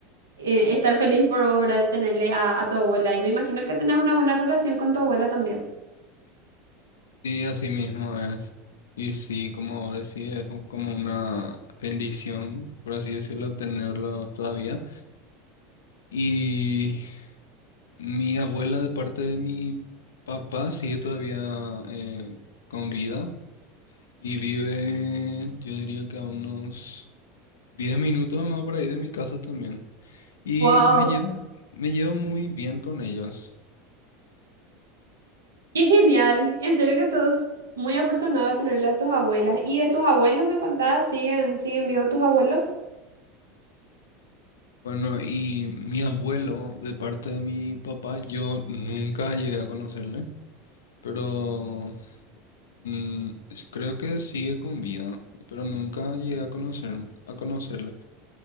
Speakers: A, on the right; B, on the left.
A: eh, estar feliz por obra de tenerle a, a tu abuela. Y me imagino que tenés una buena relación con tu abuela también.
B: Sí, así mismo es. Y sí, como decía, es un- como una bendición, por así decirlo, tenerlos todavía. Y mi abuela de parte de mi papá sigue todavía eh, con vida y vive, yo diría que a unos 10 minutos más por ahí de mi casa también. Y
A: ¡Wow!
B: me llevo, me llevo muy bien con ellos.
A: ¡Qué genial! En serio que sos muy afortunada de tenerle a tus abuelas. ¿Y de tus abuelos me contabas? ¿Siguen, siguen vivos tus abuelos?
B: Bueno, y mi abuelo de parte de mi papá, yo nunca llegué a conocerle. Pero mm, es- creo que sigue con vida, pero nunca llegué a conocer, a conocerle.